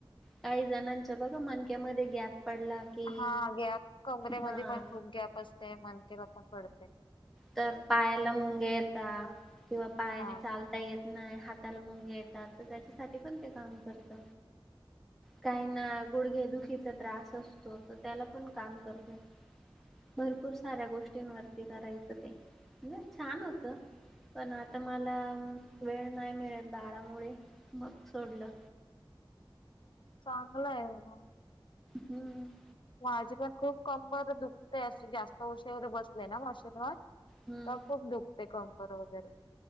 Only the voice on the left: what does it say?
हा गॅप कमरेमध्ये
पण खूप गॅप असते. मनतेेला पण पडते.
हा
चांगलंय म.
माझी पण खूप कंबर दुखते अशी जास्त उशीर वगैरे बसले ना मशीनवर
का खूप दुखते कंबर वगैरे.